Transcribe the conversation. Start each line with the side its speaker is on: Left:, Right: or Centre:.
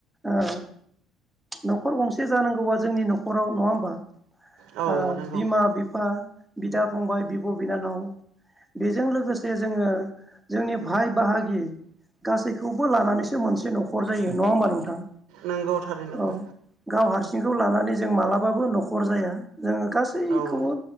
Centre: ओ न'खर गंसे जानांगौबा जोंनि न'खराव नङा होमबा
Right: औ
Centre: ओ
Right: नंगौ
Centre: बिमा बिफ फा बिदा फंबाय बिब' बिनानाव। बेजों लोगोसे जोङो जोंनि भाय बाहागि गासैखौबो लानानैसो मोनसे न'खर जायो नङा होमबा नोंथां।
Right: नंगौ थारै नंगौ।
Centre: औ गाव हारसिंखौ लानानै जों मालाबाबो न'खर जाया जोङो गासैखौबो।
Right: औ